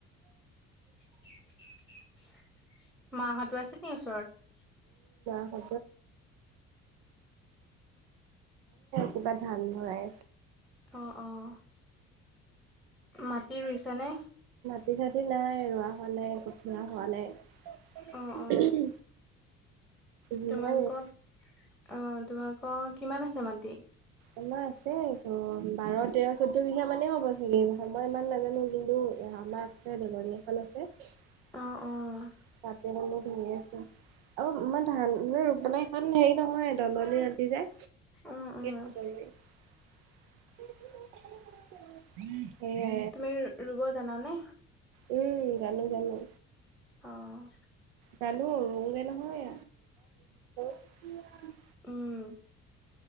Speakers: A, in the centre; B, on the right.
A: <unintelligible> মাহঁতো আছে নি ওচৰত?
B: <inaudible> এ আৰু কিবা ধান ভৰাই
A: অঁ অঁ, মাটি ৰুইছে নে?
B: খেতি চেতি নাই ৰোৱা হোৱা নাই, কঠীয়া হোৱা নাই।
A: অ', অ',
B: যিহে
A: তোমালোকক অ' তোমালোকৰ কিমান আছে মাটি?
B: আমাৰ আছে চ বাৰ তেৰ চৈধ্য বিঘা মানে হ'ব চাগে। মই ইমান নাজানো, কিন্তু আমাৰ <unintelligible>
A: অ', অ',
B: তাতে মানে ধুনীয়াকে অ' মই ধান <unintelligible> দলনি মাটি যে।
A: অ', অ',
B: <inaudible>
A: তুমি ৰুব জানানে?
B: উম, জানো জানো।
A: অ',
B: ৰুঙগে নহয়। <unintelligible>
A: উম,